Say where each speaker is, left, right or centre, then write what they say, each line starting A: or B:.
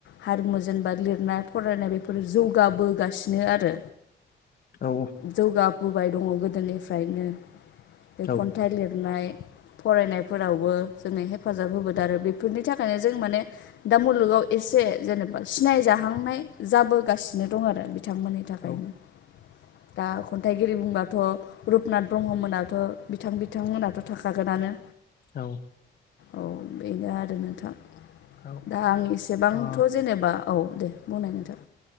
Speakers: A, on the left (about 70°); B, on the left (about 50°).
A: हारिमु जों बा लिरनाय फरायनाय बेफोर जौगाबोगासिनो आरो
B: औ
A: जौगाबोबाय दङ गोदोनिफ्रायनो बे
B: औ
A: खन्थाइ लिरनाय फरायनायफोरावबो जोंनो हेफाजाब होबोदों आरो बेफोरनि थाखायनो जों माने दा मुलुगाव एसे जेनेबा सिनायजाहांनाय जाबोगासिनो दं आरो बिथांमोननि थाखायनो
B: औ
A: दा खन्थाइगिरि बुंबाथ' रुपनाथ ब्रह्ममोनाथ' बिथां बिथांमोनाथ' थाखागोनानो
B: औ
A: औ बेनो आरो नोंथां
B: औ
A: दा आं एसेबांथ'
B: अ
A: जेनेबा औ दे बुंनाय नोंथां